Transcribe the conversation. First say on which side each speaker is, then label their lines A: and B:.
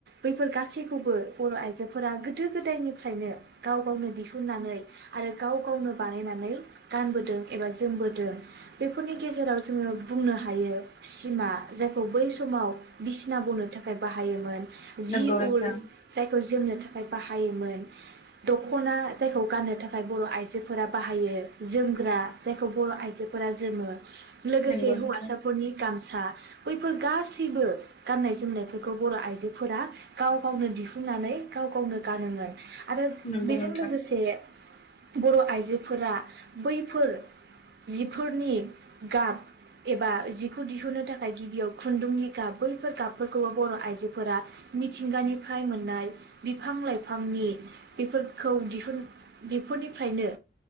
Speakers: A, on the right; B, on the left.
A: बैफोर गासैखौबो बर' आइजोफोरा गोदो गोदायनिफ्रायनो गाव गावनो दिहुननानै आरो गाव गावनो बानायनानै गानबोदों एबा जोमबोदों बेफोरनि गेजेराव जोङो बुंनो हायो सिमा जायखौ बै समाव बिसिना बनो थाखाय बाहायोमोन जि
B: नंगौ नोंथां
A: उल जायखौ जोमनो थाखाय बाहाय हायोमोन दख'ना जायखौ गाननो थाखाय बर' आइजोफोरा बाहायो जोमग्रा जायखौ बर' आइजोफोरा जोमो लोगोसे
B: नंगौ नोंथां
A: हौवासाफोरनि गामसा बैफोर गासैबो गाननाय जोमनायफोरखौ बर' आइजोफोरा गाव गावनो दिहुननानै गाव गावनो गानोमोन आरो
B: नंगौ
A: बेजों
B: नोंथां
A: लोगोसे बर' आइजो फोरा बैफोर जिफोरनि गाब एबा बेखौ दिहुननो थाखाय गिबियाव खुन्दुंनि गाब बैफोर गाबफोरखौबो बर' आइजोफोरा मिथिंगानिफ्राय मोननाय बिफां लाइफांनि बेफोरखौ दिहुन बेफोरनिफ्रायनो